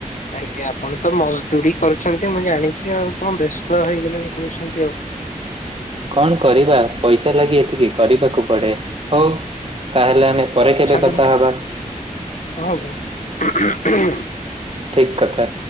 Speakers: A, on the left; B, on the right.
A: ଆଜ୍ଞା ଆପଣ ତ ମଜଦୁରୀ କରୁଛନ୍ତି ମୁଁ ଜାଣିଛି ଆଉ କଣ ବ୍ୟସ୍ତ ହେଇଗଲେଣି କହୁଛନ୍ତି ଆଉ।
B: କଣ କରିବା ପଇସା ଲାଗି ଏତିକି କରିବାକୁ ପଡେ ହଉ ତାହେଲେ ଆମେ। ପରେ କେବେ
A: ଛାଟନ୍ତୁ
B: କଥା ହବା
A: ହଁ ବହୁତୁ।
B: ଠିକ୍ କଥା।